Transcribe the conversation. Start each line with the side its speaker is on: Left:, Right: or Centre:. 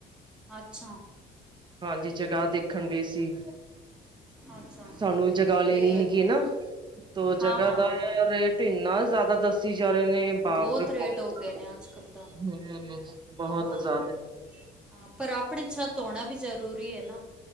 Centre: ਅੱਛਾ
Right: ਹਾਂਜੀ, ਜਗ੍ਹਾ ਦੇਖਣ ਗਈ ਸੀ।
Centre: ਅੱਛਾ
Right: ਸਾਨੂੰ ਜਗ੍ਹਾ ਲੈਣੀ
Centre: ਤੇ
Right: ਹੈਗੀ ਏ ਨਾ, ਤੋ
Centre: ਹਾਂ
Right: ਜਗ੍ਹਾ
Centre: ਹਾਂ
Right: ਦਾ
Centre: ਹਾਂ
Right: ਰੇਟ ਇੰਨਾ ਜ਼ਿਆਦਾ ਦੱਸੀ ਜਾ ਰਹੇ ਨੇ ਬਾਪ
Centre: ਬਹੁਤ
Right: ਰੇ
Centre: ਰੇਟ
Right: ਬਾਪ,
Centre: ਹੋ ਗਏ ਨੇ ਅੱਜ ਕੱਲ੍ਹ ਤਾਂ
Right: <unintelligible> ਬਹੁਤ
Centre: ਹਾਂ
Right: ਜ਼ਿਆਦਾ
Centre: ਹਾਂ, ਪਰ ਆਪਣੀ ਛੱਤ ਹੋਣਾ ਵੀ ਜ਼ਰੂਰੀ ਏ ਨਾ।